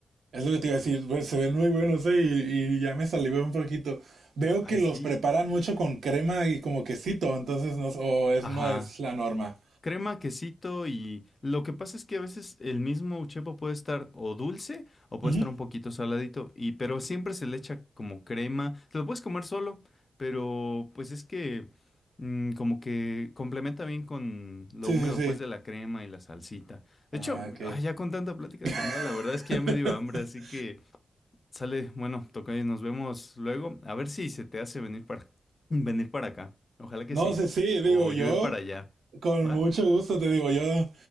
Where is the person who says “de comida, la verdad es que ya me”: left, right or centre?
Left